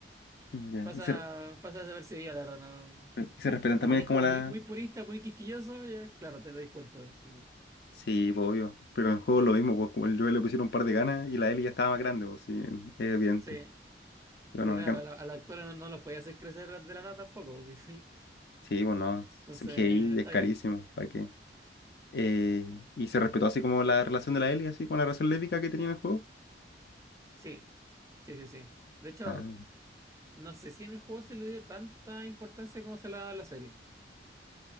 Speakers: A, on the left (about 55°); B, on the right (about 15°).
A: Ya,
B: Pasa,
A: y se, re-
B: pasa desapercibida, la verdad, no.
A: y se respetan
B: Si
A: también
B: te ponís
A: como
B: como
A: la...
B: muy, muy purista, muy quisquilloso, ya, claro, te das cuenta. Sí, pues.
A: Sí, pues obvio. Pero en el juego lo mismo, pues como el Joel le pusieron un par de canas y la Ellie ya estaba más grande, pues sí, es evidente.
B: Sí,
A: Y bueno,
B: Y claro,
A: acá no.
B: a, la- a los actores no, no los podía hacer crecer de la nada tampoco. <laughs> sí, sí.
A: Sí, pues no,
B: Entonces,
A: CGI
B: está
A: es carísimo,
B: bien.
A: ¿para qué? Eh, y se respetó así como la relación de la Ellie, así con la relación lésbica que tenía en el juego.
B: Sí, sí, sí, sí. De hecho,
A: Ah,
B: no sé si en el juego se le dio tanta importancia como se le ha dado a la serie.